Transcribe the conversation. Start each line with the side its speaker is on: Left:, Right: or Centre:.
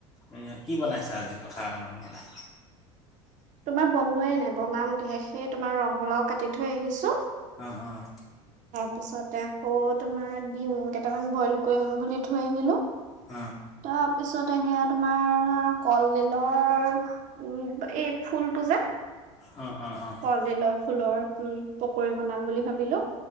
Left: এ, কি বনাইছা আজি পথাৰৰ মানুহ'লে?
Right: তোমাৰ বনোৱাই নাই বনামগে, সেই তোমাৰ ৰঙালাও কাটি থৈ আহিছোঁ।
Left: অ', অ'।
Right: তাৰপিছতে আকৌ তোমাৰ ডিম কেটামান বইল কৰিম বুলি থৈ আহিলোঁ।
Left: অ',
Right: তাৰপিছত সেয়া তোমাৰ কলডিলৰ উম, এই ফুলটো যে
Left: অ', অ', অ',
Right: কলডিলৰ ফুলৰ উম, পকৰি বনাম বুলি ভাবিলোঁ।